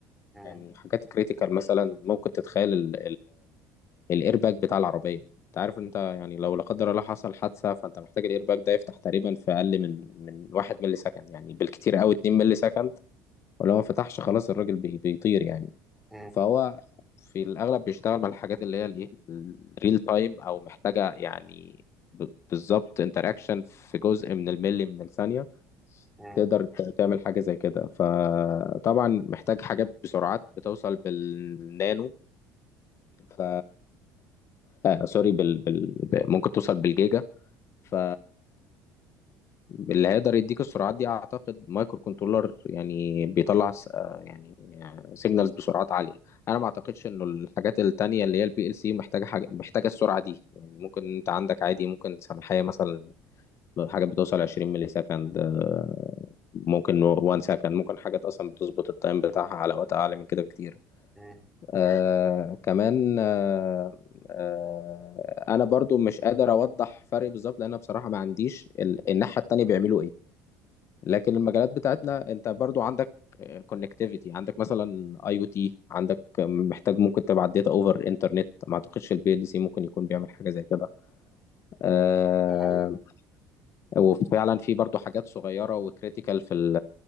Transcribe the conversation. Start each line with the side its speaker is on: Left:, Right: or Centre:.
Centre: مم،
Left: يعني حاجات كريتيكال مثلا ممكن تتخيل الايرباك بتاع العربيه انت عارف انت يعني لو لا قدر الله حصل حادثه فانت محتاج الايرباك ده يفتح تقريبا في اقل من من واحد ملي سكند يعني بالكتير قوي 2 ملي سكند ولو ما فتحش خلاص الراجل بي- بيطير يعني
Centre: مم،
Left: فهو في الأغلب بيشتغل مع الحاجات اللي هي الإيه الريل تايم أو محتاجة يعني ب- بالظبط انتراكشن في جزء من الملي من الثانية
Centre: مم،
Left: تقدر ت- تعمل حاجة زي كده فطبعا محتاج حاجات بسرعات بتوصل بالنانو ف آه سوري بال... بال... ب- ممكن توصل بالجيجا ف اللي هيقدر يديك السرعات دي اعتقد مايكرو كنترولر يعني بيطلع س- آه، يعني سيجنالز بسرعات عاليه انا ما اعتقدش انه الحاجات التانية اللي هي البي ال سي محتاجه حاجه محتاجه السرعه دي يعني ممكن انت عندك عادي ممكن سماحيه مثلا حاجات بتوصل 20 ملي سكند آه، ممكن 1 سكند ممكن حاجات اصلا بتظبط التايم بتاعها على وقت اعلى من كده بكتير
Centre: مم.
Left: آه كمان آه آه انا برضو مش قادر اوضح فرق بالظبط لان أنا بصراحه ما عنديش ال- الناحيه التانية بيعملوا ايه لكن المجالات بتاعتنا انت برضو عندك كونكتيفيتي عندك مثلا اي او تي عندك محتاج ممكن تبعت داتا اوفر انترنت ما اعتقدش البي ال سي ممكن يكون بيعمل حاجه زي كده آه،
Centre: دي حقيقه
Left: وفعلا في برضو حاجات صغيره وكريتيكال في ال